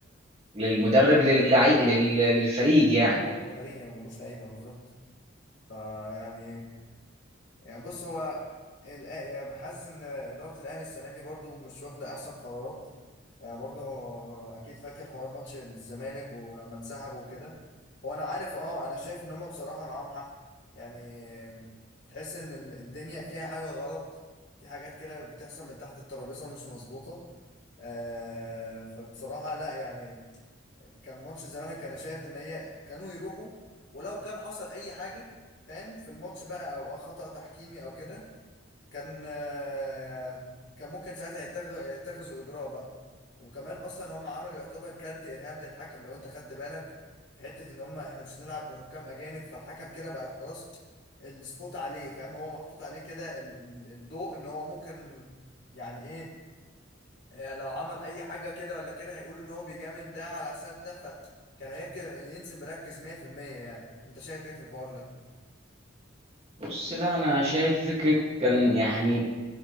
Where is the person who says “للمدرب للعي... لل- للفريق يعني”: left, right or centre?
Right